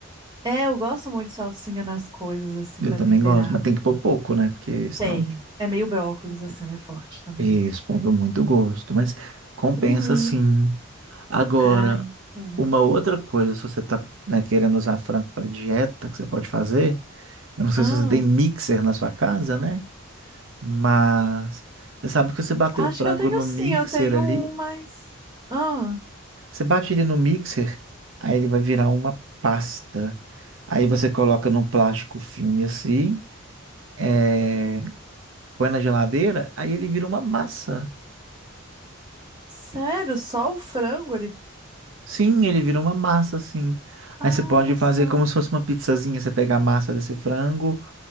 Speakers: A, on the right; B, on the right.
A: É, eu gosto muito de salsinha nas coisas, assim,
B: Eu
A: pra
B: também
A: temperar.
B: gosto, mas tem que pôr pouco, né? Porque senão
A: Tem. É meio brócolis, assim, ela é forte também.
B: Isso, pega muito gosto, mas compensa
A: Uhum.
B: sim. Agora,
A: Ai, bom.
B: uma outra coisa, se você tá, né, querendo usar frango para dieta, que você pode fazer, eu não sei
A: ah,
B: se você tem mixer na sua casa, né? Mas você sabe que você bater
A: acho
B: o frango
A: que eu tenho
B: no
A: sim,
B: mixer
A: eu tenho
B: ali,
A: um, mas. Ah,
B: você bate ele no mixer, aí ele vai virar uma pasta. Aí você coloca num plástico filme assim, eh, põe na geladeira, aí ele vira uma massa.
A: sério? Só o frango ali?
B: Sim, ele vira uma massa, assim. Aí
A: Ah,
B: você pode
A: olha
B: fazer
A: só.
B: como se fosse uma pizzazinha. Você pega a massa desse frango,